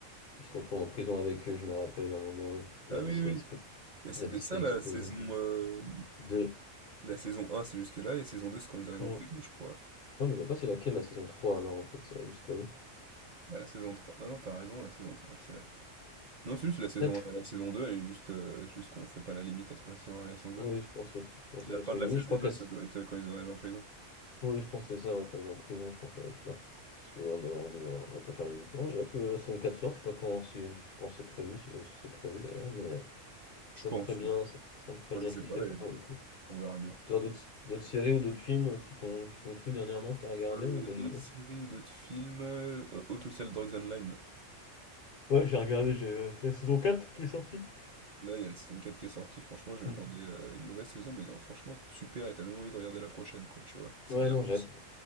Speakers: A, on the left; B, on the right.
A: Il se retrouve en prison avec eux, je me rappelle, à un moment. et Vlad,
B: Ah oui,
A: il se
B: oui.
A: fait explo-
B: oui. Mais c'était
A: Vlad, il se
B: ça,
A: fait
B: la
A: exploser.
B: saison... euh,
A: Deux.
B: La saison un c'est jusque-là, et saison 2 c'est quand ils arrivent
A: Mm.
B: en prison, je crois.
A: Non, mais je vois pas c'est laquelle, la saison 3 là, en fait, ça, va jusqu'à où?
B: Ah, la saison trois Ah non, t'as raison, la saison trois c'est la... Non, c'est juste la saison,
A: Peut-être.
B: un. la saison 2 elle est juste... euh, juste qu'on fait pas la limite entre la saison un et la saison deux
A: Oui, je pense, aussi- je pense, aussi,
B: La
A: parce
B: fin
A: que
B: de
A: limite,
B: la saison
A: je crois
B: 2
A: que la,
B: ça doit être euh, quand ils arrivent en prison.
A: Oui, je pense que c'est ça, ouais, quand il va en prison, je pense que ça va être là. Parce que ouais, on doit, on doit, on doit pas faire limite. Non, j'ai hâte que la saison 4 sorte, je sais pas quand, si, quand c'est prévu, si, euh, si c'est prévu d'ailleurs, mais
B: Je
A: ça
B: pense.
A: me ferait bien,
B: oui.
A: ça, ça me ferait
B: Moi,
A: bien
B: je sais
A: kiffer
B: pas, d'ailleurs.
A: pour le coup.
B: On verra bien.
A: Toi, d'autres d'autres séries ou d'autres films qui t'ont qui t'ont plu dernièrement, que t'as regardé
B: Euh,
A: ou pas
B: d'autres
A: du tout?
B: séries ou d'autres films... euh, How to Sell Drugs Online.
A: Ouais, j'ai regardé, j'ai euh, c'est la saison 4 qui est sortie.
B: Là, il y a la saison 4 qui est sortie, franchement, je m'attendais
A: Mm.
B: à une mauvaise saison, mais non, franchement, super, et t'as même envie de regarder la prochaine, quoi, tu vois. C'est
A: Ouais,
B: bien
A: non,
B: réussi.
A: j'ai hâte.